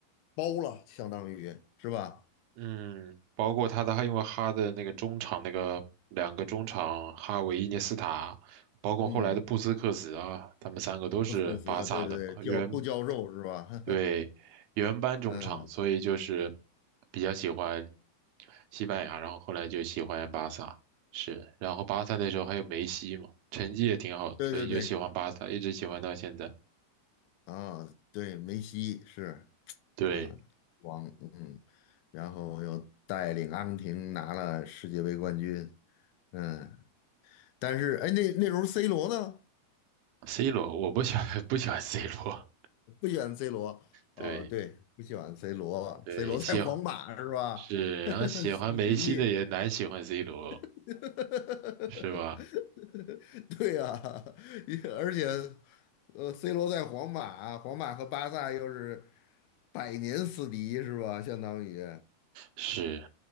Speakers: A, on the left (about 80°); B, on the right (about 80°).
A: 包了，相当于是吧？
B: 嗯，包括他的，他因为哈的那个中场那个两个中场哈维、伊涅斯塔，包括后来的布斯克茨啊，
A: 嗯，
B: 他们三个都是巴萨的嘛。
A: 托斯克茨，对对对，教布教授是吧？
B: 原对，
A: <laughs>
B: 原班中场，
A: 嗯，
B: 所以就是比较喜欢西班牙，然后后来就喜欢巴萨，是，然后巴萨那时候还有梅西嘛，成绩也挺好的，
A: 对对对，
B: 所以就喜欢巴萨，一直喜欢到现在。
A: 啊，对，梅西是
B: 对
A: 啊，王，嗯，然后又带领阿根廷拿了世界杯冠军，嗯，但是哎，那那时候 C 罗呢？
B: ，C 罗，我不喜欢 <laughs> 不喜欢 C 罗，
A: 不喜欢 C 罗，
B: 对
A: 哦，对，不喜欢 C 罗，C
B: 对，
A: 罗在皇马是吧？
B: 喜欢是，然后喜欢梅西的也难喜欢
A: <laughs> 死敌，
B: C 罗，
A: <laughs>
B: 是吧？
A: 对呀、啊，而且，呃，C 罗在皇马，皇马和巴萨又是百年死敌是吧？相当于
B: 是，